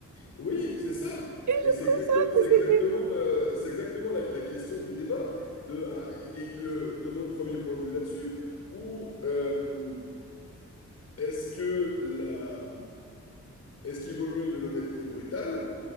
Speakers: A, on the left; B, on the right.
A: Oui, c'est ça.
B: Et
A: Mais
B: je
A: c'est
B: trouve
A: exacte-
B: ça
A: c'est
B: que c'était
A: exactement, le- c'est exactement la, la question du débat de, ah, et le- de mon premier point de vue là-dessus. Où euh, est-ce que la, est-ce qu'il vaut mieux de l'honnêteté brutale